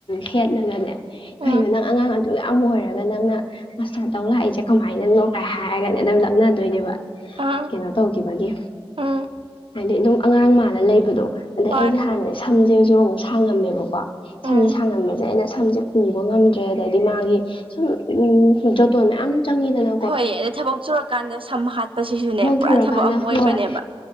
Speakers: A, on the left (about 60°); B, on the right (about 60°).
A: ꯍꯦꯠꯅꯒꯅꯦ
B: ꯎꯝ
A: ꯀꯩꯅꯣ ꯅꯪ ꯑꯉꯥꯡ ꯑꯗꯨꯛ ꯌꯥꯝ ꯑꯣꯏꯔꯒ ꯅꯪꯅ ꯃꯥꯁꯇꯔ ꯇꯧ ꯂꯥꯛꯏꯁꯦ ꯀꯃꯥꯏꯅꯅꯣ ꯀꯥꯏ ꯍꯥꯏꯔꯒ ꯑꯗꯨꯝ ꯂꯛꯅꯗꯣꯏꯅꯦꯕ
B: ꯑꯥ
A: ꯀꯩꯅꫭ ꯇꯧꯒꯤꯕꯒꯤ
B: ꯎꯝ
A: ꯍꯥꯏꯗꯤ ꯑꯗꯨꯝ ꯑꯉꯥꯡ ꯃꯤꯜꯂꯥ ꯂꯩꯕꯗꫭ
B: ꯍꯣꯏ
A: ꯁꯝꯁꯦꯖꯨ ꯑꯃꯨꯛ ꯁꯥꯡꯉꯝꯃꯦꯕꯀꯣ
B: ꯎꯝ
A: ꯁꯝꯁꯦ ꯁꯥꯡꯉꯝꯕꯁꯦ ꯑꯩꯅ ꯁꯝꯁꯦ ꯄꯨꯕ ꯉꯝꯗ꯭ꯔꯦ ꯑꯗꯩꯗꯤ ꯃꯥꯒꯤ ꯁꯨꯝ ꯎꯝ ꯖꫭꯇꯣꯟ ꯃꯌꯥꯝ ꯆꯪꯉꯤꯗꯅ
B: ꯍꯣꯏꯌꯦ ꯑꯗꯨ ꯊꯕꯛ ꯁꯨꯔꯥꯀꯥꯟꯗ ꯁꯝ ꯍꯥꯠꯄꯁꯤꯁꯨꯅꯦ ꯄꯨꯔꯥ
A: ꯊꯨꯔꯀꯥꯟꯗ
B: ꯊꯕꯛ ꯑꯃ ꯑꯣꯏꯕꯅꯦꯕ
A: ꯍꯣꯏ